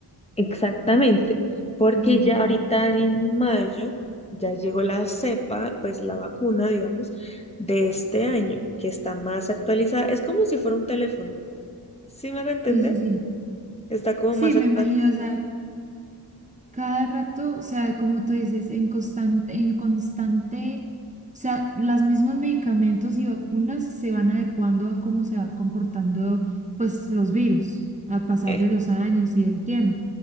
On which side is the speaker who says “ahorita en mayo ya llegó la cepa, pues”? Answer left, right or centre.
Left